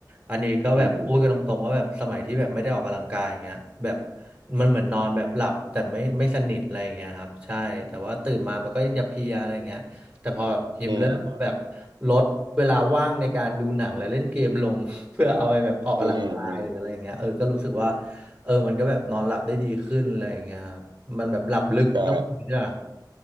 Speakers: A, on the right; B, on the right.
A: อันนี้ก็แบบพูดกันตรงๆว่าแบบสมัยที่แบบไม่ได้ออกกำลังกายอย่างเงี้ยแบบ
B: อืม
A: มันเหมือนนอนแบบหลับแต่ไม่ไม่สนิทอะไรอย่างเงี้ยครับใช่แต่ว่าตื่นมามันก็ยังจะเพลียอะไรอย่างเงี้ยแต่พอแบบฮิมเริ่มแบบ
B: อืม
A: ลดเวลาว่างในการดูหนังและเล่นเกมลง <laughs> เพื่อเอาไปแบบออกกำลังกายหรืออะไรอย่างเงี้ยเออก็รู้สึกว่า
B: อืมอืม
A: เออมันก็แบบนอนหลับได้ดีขึ้นอะไรอย่างเงี้ยครับมันแบบหลับลึกต้องคุยด้วยอะ
B: ใช่